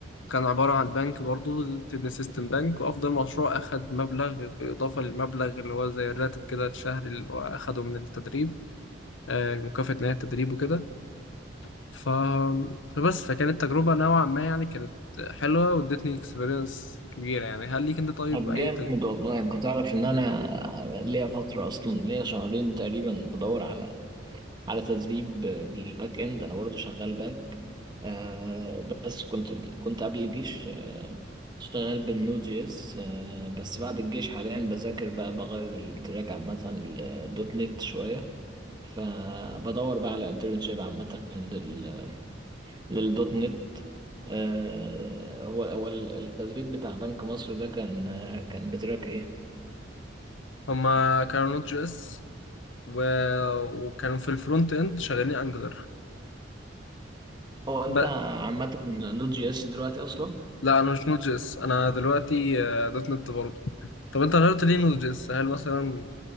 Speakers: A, on the left; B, on the right.
A: كان عبارة عن بنك برضو تبني سيستم بنك وأفضل مشروع أخد مبلغ بالإضافة للمبلغ اللي هو زي الراتب كده الشهري اللي هو أخده من التدريب آه، مكافأة نهاية التدريب وكده ف... فبس فكانت تجربة نوعا ما يعني كانت حلوة وادتني اكسبيرينس كبيرة يعني هل ليك انت طيب
B: طب
A: اي
B: جامد
A: تج...
B: والله انت تعرف ان انا ليا فتره اصلا ليا شهرين تقريبا بدور على على تدريب للباك اند انا برضو شغال باك آه بس كنت كنت قبل الجيش آه شغال بالنود جي اس آه بس بعد الجيش حاليا بذاكر بقى بغير التراك عامه للدوت نت شويه فبدور بقى على انترنشيب عامه لل للدوت نت آه هو هو التدريب بتاع بنك مصر ده كان كان بتراك ايه
A: هما كانوا نوت جي اس و... وكانوا في الفرونت اند شغالين انجلر
B: هو انت
A: ب...
B: عامة نود جي اس دلوقتي اصلا
A: لا انا مش نوت جي اس انا دلوقتي آه، دوت نت برضه طب انت غيرت ليه نوت جي اس هل مثلا